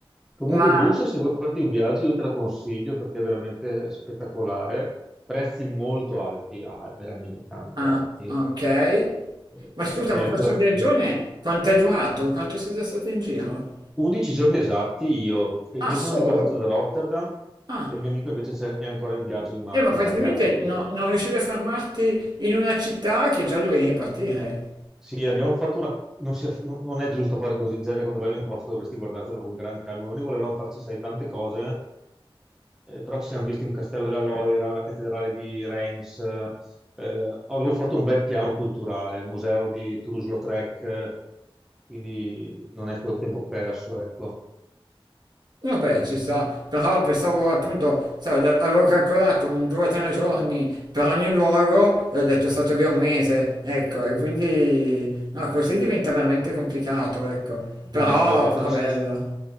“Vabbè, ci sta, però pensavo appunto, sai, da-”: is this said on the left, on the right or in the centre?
Right